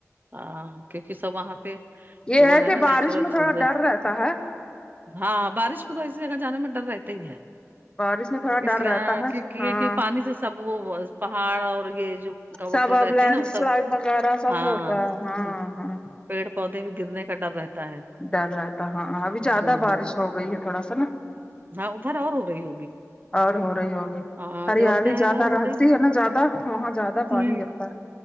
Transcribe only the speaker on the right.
ہاں کیونکہ سب وہاں پہ
وہ ہے
نا
نیچرل
چیزیں
ہاں بارش میں تو ایسی جگہ جانے میں ڈر رہتا ہی ہے
اس لیے
ہاں
کیونکہ
پانی سے سب وہ پہاڑ اور یہ جو کیا بولتے
رہتے
نا وہ
سب
ہاں
امم
پیڑ پودے بھی گرنے کا ڈر رہتا ہے
ہوں
ہاں ادھر اور ہو رہی ہوگی
ہاں
جب اپنے یہاں
ادھر ہو
رہی
جی